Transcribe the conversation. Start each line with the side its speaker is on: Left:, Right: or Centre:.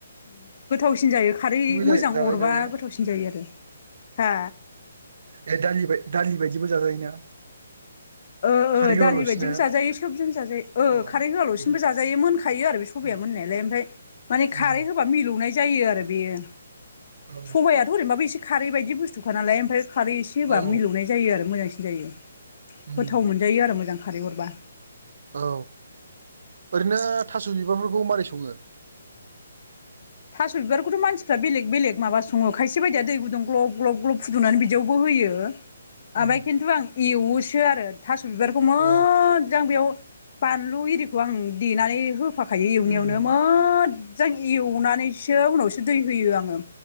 Left: उम गोथावसिन जायो खारै
Right: जाजायोना
Left: मोजां अरबा
Right: बेयो
Left: गोथावसिन जायो आरो हा
Right: ए दालि बाय दालि बायदिबो जाजायोना?
Left: ओ हो
Right: खारै होआलासिनो
Left: दालि बायदिबो जाजायो सोबजों जाजायो ओ
Right: औ
Left: खारै होआल'सिनबो
Right: उम
Left: जाजायो मोनखायो आरो बि सबाइया
Right: उम
Left: मोननायालाय ओमफाय माने
Right: उम
Left: खारै होबा मिलौनाय जायो आरो बेयो।
Right: औ
Left: सबायआथ' ओरैनोबाबो एसे खारै बायदि बुस्थुखा नालाय ओमफाय खारै एसे होबा
Right: औ
Left: मिलौनाय जायो आरो मोजांसिन। जायो
Right: उम
Left: गोथाव मोनजायो आरो मोजां खारै अरबा
Right: औ ओरैनो थास' बिबारफोरखौ मारै सङो?
Left: थास' बिबारखौथ' मानसिफ्रा बेलेग बेलेग माबा सङो खायसे बायदिया दै गुदुं ग्लब ग्लब ग्लब फुदुंनानै बिदियावबो हो होयो ओमबाय
Right: उम
Left: खिन्थु आं एवोसो आरो थास' बिबारखौ मोद
Right: औ
Left: जां बेयाव बानलु एरिखौ आं देनानै होफाखायो एवनायावनो
Right: उम
Left: मोद जां एव सो उनावसो दै होयो आङो।